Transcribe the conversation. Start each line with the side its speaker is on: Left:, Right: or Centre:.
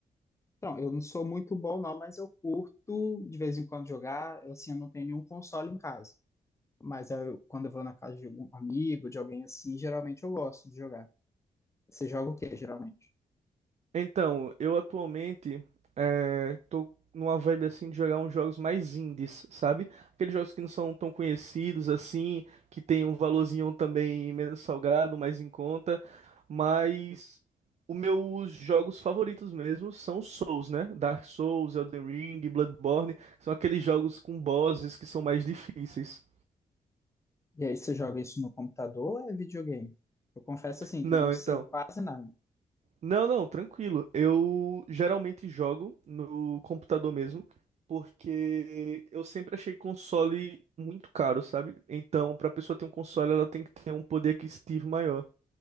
Left: Então, eu não sou muito bom, não, mas eu curto de vez em quando jogar. Eu, Assim, eu não tenho nenhum console em casa. Mas eu- quando eu vou na casa de algum amigo, de alguém assim, geralmente eu gosto de jogar. Você joga o quê, geralmente?
Right: Então, eu atualmente eh, tô numa vibe assim de jogar uns jogos mais indies, sabe? Aqueles jogos que não são tão conhecidos assim, que tem um valorzinho também menos salgado, mais em conta, mas os meus jogos favoritos mesmo são os Souls, né? Dark Souls, Elden Ring, Bloodborne, são aqueles jogos com bosses que são mais difíceis.
Left: E aí você joga isso no computador ou é videogame? Eu confesso assim
Right: Não,
Left: que eu não sei
Right: então.
Left: quase nada.
Right: Não, não, tranquilo. Eu geralmente jogo no computador mesmo, porque eu sempre achei console muito caro, sabe? Então, pra pessoa ter um console, ela tem que ter um poder aquisitivo maior.